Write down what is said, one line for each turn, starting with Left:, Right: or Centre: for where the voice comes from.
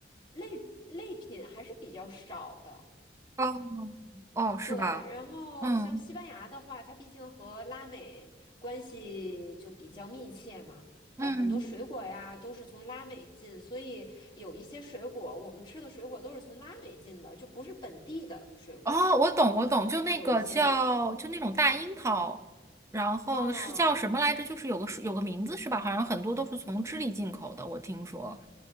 Left: 类类品还是比较少的。
Right: 哦哦，是吧？
Left: 对，然后像西班牙的话，
Right: 嗯
Left: 它毕竟和拉美关系就比较密切嘛，
Right: 嗯，
Left: 呃，很多水果呀都是从拉美进，所以有一些水果我们吃的水果都是从拉美进的，就不是本地的水果。
Right: 哦，我懂我懂，就那个叫就那种大樱桃，
Left: 有一些，
Right: 然后是叫什么来着？
Left: 嗯
Right: 就是有个有个名字是吧？好像很多都是从智利进口的，我听说，